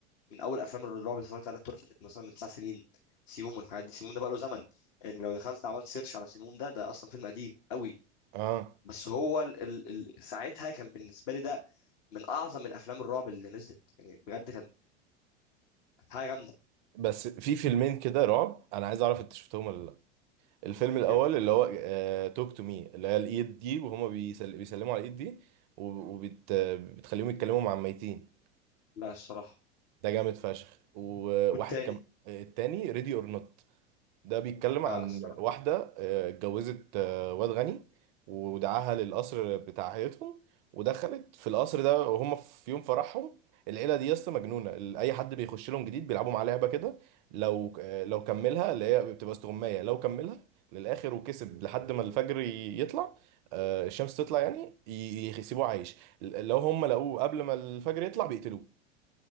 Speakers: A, on the left; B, on the right.
A: من اول افلام الرعب اللي اتفرجت عليها التركي كانت مثلا من تسع سنين سيموم والحاجات دي سيموم ده بقى له زمن يعني لو دخلت عملت سيرش على سيموم ده ده اصلا فيلم قديم قوي
B: اه
A: بس هو ال ال ال ساعتها كان بالنسبه لي ده من اعظم الافلام الرعب اللي نزلت يعني بجد كان كانت حاجه جامده
B: بس في فيلمين كده رعب انا عايز اعرف انت شفتهم ولا لا الفيلم الاول
A: ايه هم
B: اللي هو توك تو مي اللي هي الايد دي وهما بيسل... بيسلموا على الايد دي وبتخليهم وبت... بتخليهم يتكلموا مع الميتين
A: لا الصراحه
B: ده جامد فشخ وواحد
A: والتاني
B: كم آه، التاني ريدي اور نوت ده بيتكلم
A: لا
B: عن
A: الصراحه
B: واحدة آه، اتجوزت آه، واد غني ودعاها للقصر بتاع عيلتهم ودخلت في القصر ده وهم في يوم فرحهم العيلة دي يا اسطى مجنونة ال- أي حد بيخش لهم جديد بيلعبوا معاه لعبة كده لو آه، لو كملها اللي هي بتبقى استغماية لو كملها للآخر وكسب لحد ما الفجر ي- يطلع آه، الشمس تطلع يعني ي- يسيبوه عايش ل- لو هم لقوه قبل ما الفجر يطلع بيقتلوه